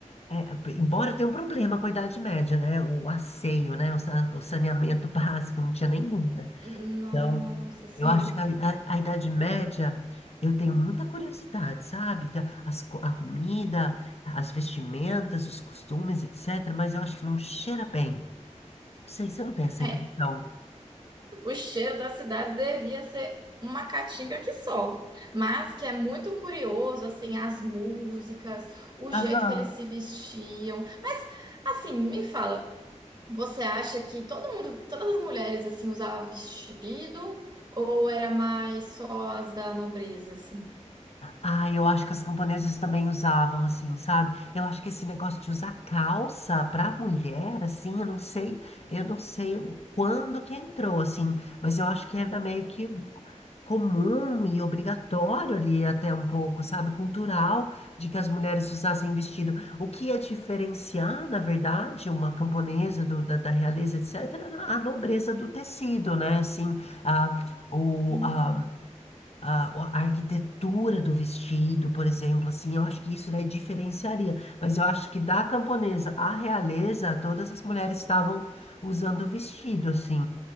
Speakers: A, on the left (about 55°); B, on the right (about 35°).
A: é, embora tenha um problema com a Idade Média, né? O asseio, né? O, sa- o saneamento <laughs> básico não tinha nenhum, né?
B: Nossa,
A: Então,
B: sim.
A: eu acho que a, a- a Idade Média, eu tenho muita curiosidade, sabe? Da- As, co- a comida, as vestimentas, os costumes, etc. Mas eu acho que não cheira bem. Não sei, você não tem essa
B: É,
A: impressão?
B: o cheiro da cidade devia ser uma caatinga que só. Mas que é muito curioso, assim, as músicas, o
A: Aham.
B: jeito que eles se vestiam. Mas, assim, me fala. Você acha que todo mundo, todas as mulheres assim usavam vestido ou era mais só as da nobreza assim?
A: Ah, eu acho que as camponesas também usavam, assim, sabe? Eu acho que esse negócio de usar calça pra mulher, assim, eu não sei, eu não sei o- quando que entrou, assim, mas eu acho que era meio que comum e obrigatório ali até um pouco, sabe? Cultural, de que as mulheres usassem vestido. O que ia diferenciar, na verdade, uma camponesa do- da, da realeza, etc., era a nobreza do tecido, né? Assim, a, o,
B: Hum.
A: a a, a arquitetura do vestido, por exemplo, assim, eu acho que isso daí diferenciaria. Mas eu acho que da camponesa à realeza, todas as mulheres estavam usando vestido, assim.